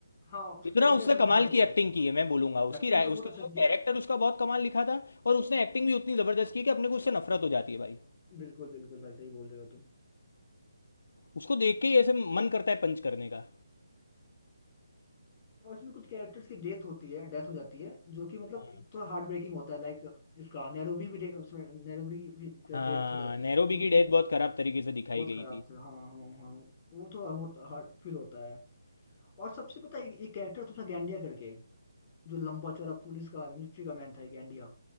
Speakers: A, on the left; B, on the left.
A: हाँ उसका
B: इतना
A: कैरेक्टर
B: उसने
A: ऐसा
B: कमाल
A: लिखा गया
B: की एक्टिंग
A: उसका
B: की है मैं बोलूंगा उसकी
A: एक्टिंग
B: राय
A: तो बहुत
B: उसका
A: अच्छा
B: वो
A: किया
B: कैरेक्टर
A: है
B: उसका बहुत कमाल लिखा था और उसने एक्टिंग भी उतनी जबरदस्त की है कि अपने को उससे नफरत हो जाती है भाई
A: बिल्कुल बिल्कुल भाई सही बोल रहे हो तुम
B: उसको देख के ही ऐसे मन करता है पंच करने का
A: और इसमें कुछ कैरेक्टर्स की डेथ होती है डेथ हो जाती है जो कि मतलब
B: हाँ
A: एक तो हार्ट ब्रेकिंग होता है लाइक इसका नैरोबी भी death- उसमें नैरोबी भी
B: हाँ
A: डेथ हो जाती
B: नैरोबी
A: है जो
B: की
A: कि
B: डेथ बहुत खराब तरीके से दिखाई
A: बहुत
B: गई
A: खराब
B: थी
A: था हाँ हाँ हाँ वो थोड़ा होता हार्ट फील होता है और सबसे पता है एक, एक कैरेक्टर था उसमें गैंडिया करके जो लंबा चौड़ा पुलिस का मिलिट्री का मैन था ये गैंडिया